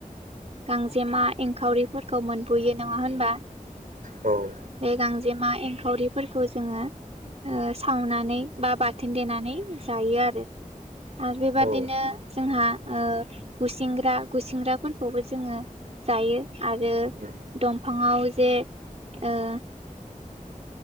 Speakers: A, on the right; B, on the right.
A: गांजेमा एंखावरिफोरखौ मोनबोयो नङा होनबा?
B: औ
A: बे गांजेमा एंखावरि फोरखौ जोङो ओ सावनानै बा बाथोन देनानै जायो आरो आरो बेबादिनो
B: औ
A: जोंहा ओ गुसिंग्रा गुसिंग्रा फोरखौबो जोङो जायो आरो
B: उम
A: दंफाङाव जे ओ